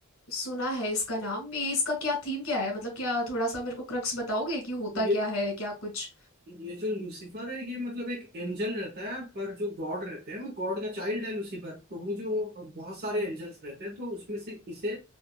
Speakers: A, on the left; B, on the right.
A: सुना है इसका नाम ये इसका क्या थीम क्या है मतलब क्या थोड़ा सा मेरे को क्रक्स बताओगे कि होता
B: ये
A: क्या है क्या कुछ
B: ये जो लूसीफर है ये मतलब एक एंजल रहता है पर जो गॉड रहते हैं वो गॉड का चाइल्ड है लूसीफर तो वो जो बहुत सारे एंजल्स रहते हैं तो उसमें से इसे